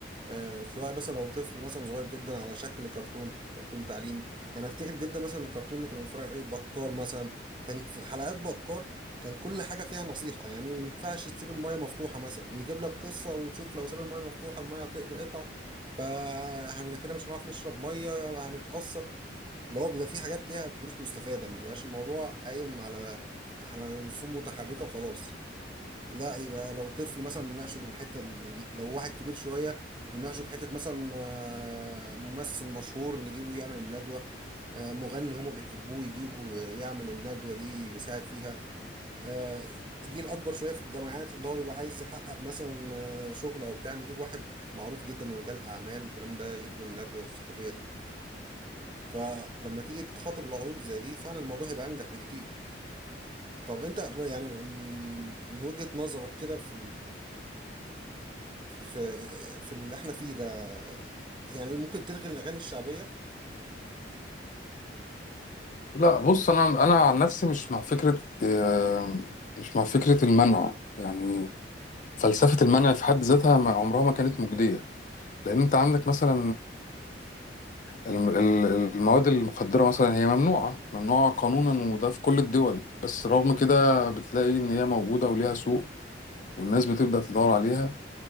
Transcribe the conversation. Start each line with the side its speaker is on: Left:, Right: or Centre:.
Right: آه سواء مثلا لو طفل مثلا صغير جدا على شكل كرتون كرتون تعليمي يعني افتكر جدا مثلا الكرتون اللي كنا بنتفرج عليه بكار مثلا كان في حلقات بكار كان كل حاجة فيها نصيحة يعني ما ينفعش تسيب المايه مفتوحة مثلا ويجيب لك قصة وتشوف لو ساب المايه مفتوحة المايه هتقطع فاحنا كده مش هنعرف نشرب مية هنتأثر اللي هو بيبقى فيه حاجات ليها دروس مستفادة ما بيبقاش الموضوع قايم على احنا رسوم متحركة وخلاص لا يبقى لو طفل مثلا نناقشه بالحته ال- دي لو واحد كبير شويه نناقشه بحته مثلا آه، ممثل مشهور نجيبه يعمل الندوه آه، مغني هما بيحبوه يجيبوا آه، يعمل الندوه دي يساعد فيها آه، جيل اكبر شويه في الجامعات اللي هو بيبقى عايز يحقق مثلا آه، شغل او بتاع نجيب واحد معروف جدا من رجال الاعمال والكلام ده يدوا الندوه الثقافيه دي فلما تيجي تتخاطب العقول زي دي فعلا الموضوع هيبقى انجح بكتير طب انت يعني من وجهة نظرك كده في في في, في اللي احنا فيه ده يعني ممكن تلغي الأغاني الشعبية
Left: لا بص أنا أنا عن نفسي مش مع فكرة آه، مش مع فكرة المنع يعني فلسفة المنع في حد ذاتها ما- عمرها ما كانت مجدية لأن أنت عندك مثلا الم- ال- المواد المخدرة مثلا هي ممنوعة ممنوعة قانونا وده في كل الدول بس رغم كده بتلاقي إن هي موجودة وليها سوق والناس بتبدأ تدور عليها